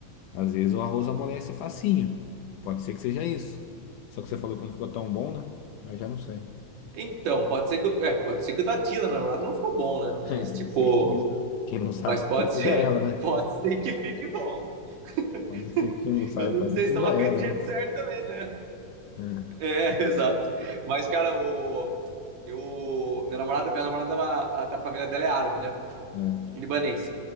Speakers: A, on the left; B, on the right.
A: Às vezes o arroz amolece facinho. Pode ser que seja isso. Só que você falou que não ficou tão bom, né? Aí já não sei.
B: Então, pode ser que, o- é, pode ser que o da Tina, minha namorada, não ficou bom, né? Mas,
A: <laughs> É,
B: tipo,
A: pode ser que quem quem não sabe
B: mas pode
A: fazer seja
B: ser,
A: ela, né?
B: <laughs> pode ser que fique bom.
A: Pode
B: <laughs>
A: ser que quem não sabe
B: Eu não
A: fazer
B: sei
A: seja
B: se ela
A: ela,
B: fez do jeito
A: né?
B: certo também, né?
A: É,
B: É, <laughs> exato. Mas, cara, o, eu, minha namorada, minha namorada, ela, ela- a família dela é árabe, né?
A: é.
B: libanês.